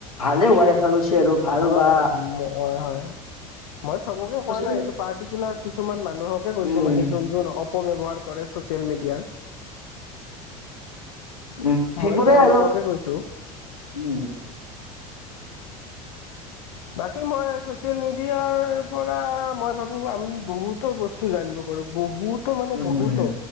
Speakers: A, on the left; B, on the left.
A: ভালে হোৱা। দেখা গৈছে আৰু ভাল
B: হয়
A: বা
B: হয় হয় হয় হয় মই চবকে
A: চচিয়েল
B: কোৱা নাই এইটো পাৰ্টিকুলাৰ কিছুমান মানুহকে কৈছো
A: উম
B: মানে যোন যোন অপ ব্যৱহাৰ কৰে ছচিয়েল মিডিয়াত।
A: উম সেইবোৰে
B: মই তেওঁলোককে
A: আৰু
B: কৈছো
A: উম
B: বাকী মই চচিয়েল মিডিয়াৰ পৰা মই ভাবো আমি বহুতো বস্তু জানিব বহুতো মানে
A: উম
B: বহুতো
A: উম।